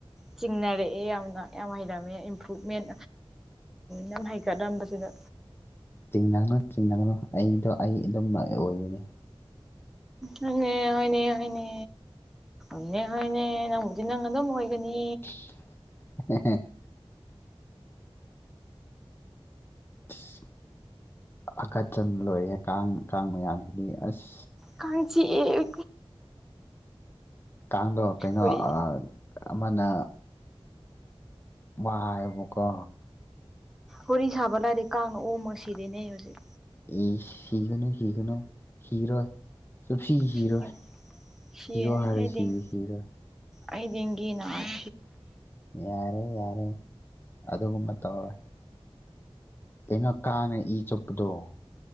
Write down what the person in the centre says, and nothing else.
ꯆꯤꯡꯅꯔꯛꯑꯦ ꯌꯥꯝꯅ ꯌꯥꯝ ꯍꯩꯔꯝꯃꯦ ꯏꯝꯄ꯭ꯔꯃꯦꯟ ꯌꯥꯝ ꯍꯩꯀꯠꯂꯝꯕꯁꯤꯗ
ꯍꯣꯏꯅꯦ ꯍꯣꯏꯅꯦ ꯍꯣꯏꯅꯦ ꯍꯣꯏꯅꯦ ꯍꯣꯏꯅꯦ ꯅꯪꯕꯨꯗꯤ ꯅꯪ ꯑꯗꯨꯝ ꯑꯣꯏꯒꯅꯤ
ꯀꯥꯡ ꯆꯤꯛꯑꯦ
ꯋꯥꯔꯤ
ꯋꯥꯔꯤ ꯁꯥꯕ ꯂꯥꯏꯔꯤ ꯀꯥꯡꯅ ꯑꯣꯝꯃꯥ ꯁꯤꯔꯦꯅꯦ ꯍꯧꯖꯤꯛ
ꯁꯤꯔꯅꯤ ꯁꯤꯒꯅꯤ ꯁꯤꯔꯅꯤ
ꯑꯩ
ꯑꯩ ꯗꯤꯡꯒꯤ ꯅꯥꯔꯦ